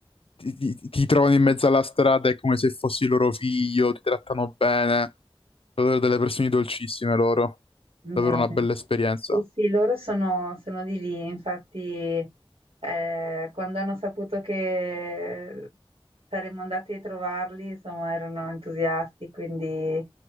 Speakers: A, on the left; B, on the right.
A: ti, ti- ti trovano in mezzo alla strada, è come se fossi loro figlio, ti trattano bene, sono delle persone dolcissime loro.
B: Bene.
A: davvero una bella esperienza.
B: Sì, sì, loro sono, sono di lì, infatti, eh, quando hanno saputo che saremmo andati a trovarli, insomma, erano entusiasti, quindi